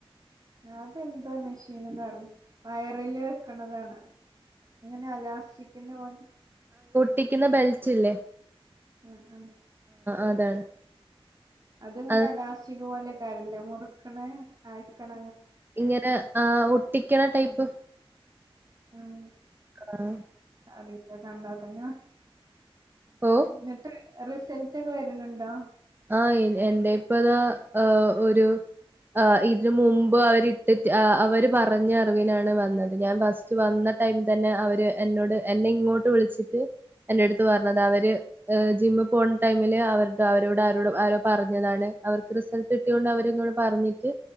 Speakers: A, on the right; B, on the right.
A: ലതെന്തുവാ മെഷീൻന്ന് പറഞ്ഞ് വയറില് വെക്കണതാണാ അങ്ങനെയലാസ്റ്റിക്കിന്റെ വേണം
B: ട്ടിക്കുന്ന ബെൽറ്റില്ലേ
A: ആ ആ
B: അതാണ്
A: അതിങ്ങനെ
B: അത്
A: എലാസ്റ്റിക് പോലെ കരല്ലേ മുറുക്കണ അഴിക്കണ
B: ഇങ്ങനെ ആ ഒട്ടിക്കണ ടൈപ്പ്
A: ആഹ്
B: ആഹ്
A: അറിയില്ല കണ്ടാത്തന്നെ
B: ഓ
A: <unintelligible> <unintelligible> റിസൾട്ടൊക്കെ വെര്ണ് ണ്ടോ
B: ആ എന്റെ പ്പതാ ഒരു ഇതിന് മുമ്പ് അവരിട്ടിട്ട് അവര് പറഞ്ഞ അറിവിനാണ് വന്നത് ഞാൻ ഫസ്റ്റ് വന്ന ടൈം തന്നെ അവര് എന്നോട് എന്നെ ഇങ്ങോട്ട് വിളിച്ചിട്ട് എൻ്റടുത്ത് പറഞ്ഞത അവര് ജിമ്മി പോണ ടൈമില് അവരടുത്ത് അവരോട് ആരോ അവരോട് ആരോ പറഞ്ഞതാണ് അവർക്ക് റിസൾട്ട് കിട്ടിയോണ്ട് അവരിങ്ങോട്ട് പറഞ്ഞിട്ട്